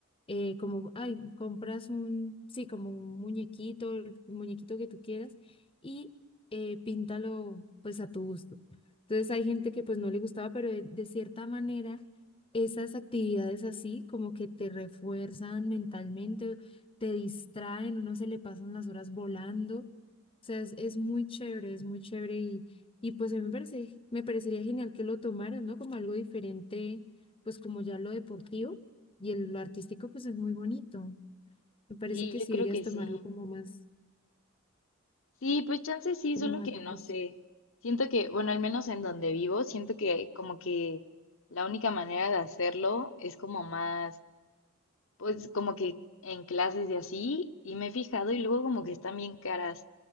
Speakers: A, on the left; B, on the left.
A: eh, como, ay, compras un, sí, como un muñequito, el muñequito que tú quieras y eh, píntalo pues a tu gusto. Entonces hay gente que pues no le gustaba, pero de, de cierta manera esas actividades así como que te refuerzan mentalmente, te distraen, uno se le pasan las horas volando. O sea, es, es muy chévere, es muy chévere y pues a mí me parece, me parecería genial que lo tomaran ¿no? Como algo diferente, pues como ya lo deportivo y el, lo artístico, pues es muy bonito. Me parece
B: Sí,
A: que
B: yo
A: sí
B: creo
A: deberías
B: que
A: tomarlo
B: sí.
A: como más,
B: Sí, pues chance sí,
A: como
B: solo
A: más
B: que
A: de
B: no
A: curso.
B: sé. Siento que, bueno, al menos en donde vivo, siento que como que la única manera de hacerlo es como más Pues como que en clases y así, y me he fijado y luego como que están bien caras.